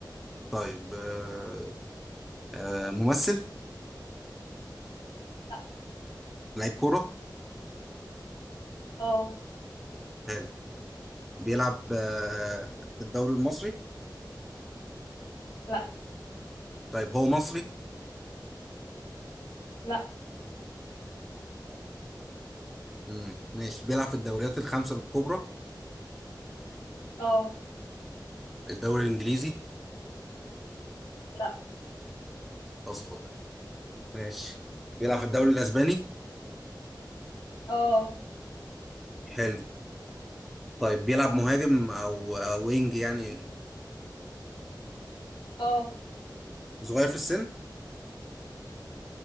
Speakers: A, in the centre; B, on the left (about 85°).
A: طيب آه آه ممثل
B: لا
A: لعيب كورة
B: اه
A: حلو بيلعب آه في الدوري المصري
B: لا
A: طيب هو مصري
B: لا
A: مم. ماشي بيلعب في الدوريات الخمسة الكبرى
B: اه
A: الدوري الإنجليزي
B: لا
A: أصلا ماشي بيلعب في الدوري الأسباني
B: اه
A: حلو طيب بيلعب مهاجم أو أو وينج يعني
B: اه
A: صغير في السن